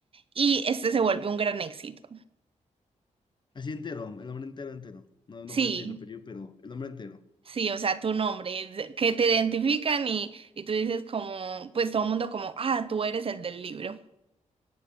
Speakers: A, on the right; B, on the left.
A: Y este se vuelve un gran éxito.
B: Así entero, el hombre entero, entero. No,
A: Sí,
B: no puedes decirlo, pero yo, pero el hombre entero.
A: sí, o sea, tu nombre, es- que te identifican y, y tú dices como, pues todo el mundo como, ah, tú eres el del libro,